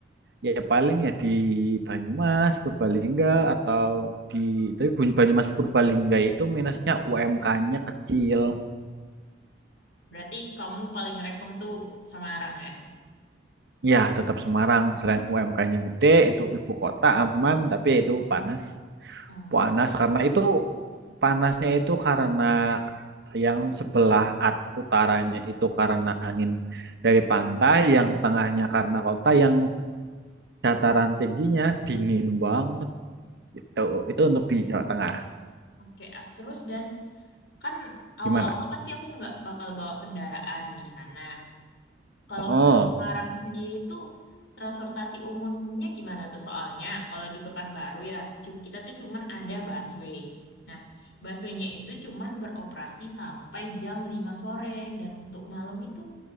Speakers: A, on the right (about 60°); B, on the left (about 75°).
A: ya paling ya di Banyumas Purbalingga atau di tapi Banyumas Purbalingga itu minusnya UMK-nya kecil
B: Berarti kamu paling rekom tuh Semarang ya.
A: Ya, tetap Semarang. Selain UMK-nya gede, itu ibu kota aman, tapi ya itu panas.
B: Oh,
A: Panas
B: oke.
A: karena itu panasnya itu karena yang sebelah at- utaranya itu karena angin dari pantai, yang tengahnya karena kota, yang dataran tingginya dingin banget. Itu itu untuk di Jawa Tengah.
B: Oke, ah, terus dan kan awal-awal
A: Gimana?
B: pasti aku nggak bakal bawa kendaraan di sana. Kalau
A: Oh,
B: untuk Semarang sendiri tuh transportasi umumnya gimana tuh? Soalnya kalau di Pekanbaru ya, cu- kita tuh cuman ada busway. Nah, busway-nya itu cuman beroperasi sampai jam 5 sore dan untuk malam itu